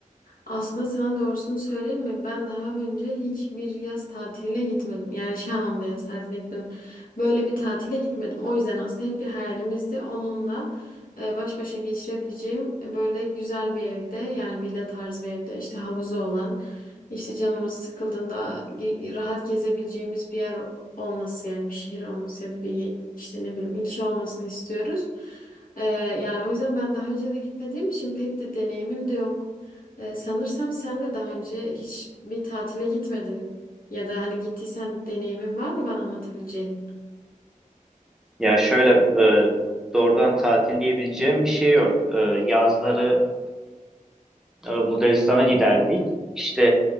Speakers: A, on the left; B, in the centre.
A: Aslında sana doğrusunu söyleyeyim mi? Ben daha önce hiçbir yaz tatiline gitmedim. Yani şey anlamda yaz tatiline gitmedim. Böyle bir tatile gitmedim. O yüzden aslında hep bir hayalimizdi. Onunla e, baş başa geçirebileceğim e, böyle güzel bir evde yani villa tarzı bir evde işte havuzu olan işte canımız sıkıldığında ge- rahat gezebileceğimiz bir yer olması yani bir şehir olması ya da bir işte ne bileyim ilçe olmasını istiyoruz. E, yani o yüzden ben daha önce de gitmediğim için pek de deneyimim de yok. Ee, sanırsam sen de daha önce hiç bir tatile gitmedin ya da hani gittiysen deneyimin var mı bana anlatabileceğin?
B: Ya şöyle e, doğrudan tatil diyebileceğim bir şey yok. E, yazları e, Bulgaristan'a giderdik. İşte